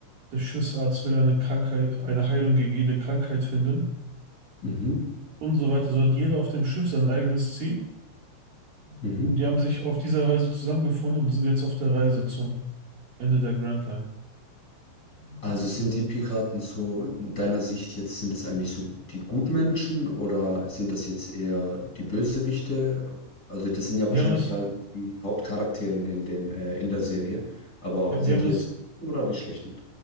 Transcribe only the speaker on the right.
der Schiffsarzt will eine Krankheit, eine Heilung gegen jede Krankheit finden.
und so weiter. So hat jeder auf dem Schiff sein eigenes Ziel.
Und die haben sich auf dieser Reise zusammengefunden und sind jetzt auf der Reise zum Ende der Grand Line.
Die
haben das,
die
haben das,